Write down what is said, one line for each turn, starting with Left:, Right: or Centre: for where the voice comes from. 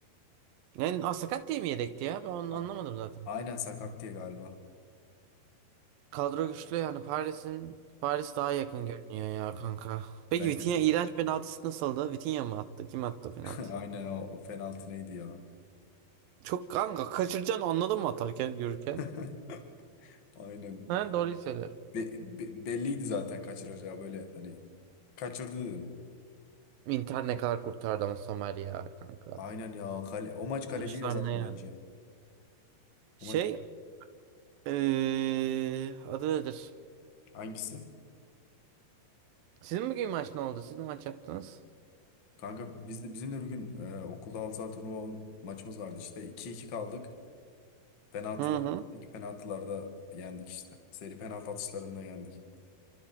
Right: Yani aa, sakat diye mi yedekti ya? Ben onu
Left: Ha.
Right: anlamadım zaten.
Left: Aynen sakat diye galiba.
Right: Kadro güçlü yani Paris'in Paris daha yakın görünüyor ya kanka. Peki
Left: Bence
Right: Vitinha iğrenç penaltısı nasıldı? Vitinha mı attı? Kim attı penaltıyı?
Left: <laughs> aynen o, o penaltı neydi ya?
Right: Çok kanka kaçıracaksın anladın mı atarken yürürken?
Left: <laughs> Aynen.
Right: Ha doğruyu söyle.
Left: Be- be- belliydi zaten kaçıracağı böyle hani kaçırdı dedim.
Right: Inter ne kadar kurtardı ama Somer ya kanka.
Left: Aynen ya. Kale, o maç kaleci
Right: Kılıçlar
Left: yazardı
Right: ne yani?
Left: bence.
Right: Şey
Left: O maç
Right: eee adı nedir?
Left: hangisi?
Right: Sizin bugün maç ne oldu? Siz ne maç yaptınız?
Left: Kanka biz de bizim de bir gün e, okulda halı saha turnuva maçımız vardı işte. iki iki kaldık. Penaltılar,
Right: Hı hı.
Left: ilk penaltılarda yendik işte. Seri penaltı atışlarında yendik.